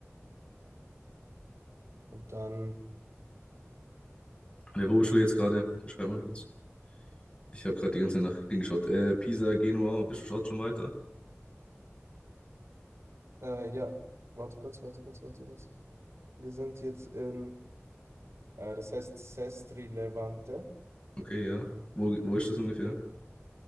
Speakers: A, on the right (about 75°); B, on the left (about 25°).
A: Und dann,
B: Und wo bist du jetzt gerade? Beschreib mal kurz. Ich habe gerade die ganze Nacht hingeschaut. Äh, Pisa, Genua, bist du schaut schon weiter?
A: äh, ja, warte kurz, warte kurz, warte kurz. Wir sind jetzt in, äh, das heißt Sestri Levante,
B: Okay, ja. Wo, wo ist das ungefähr?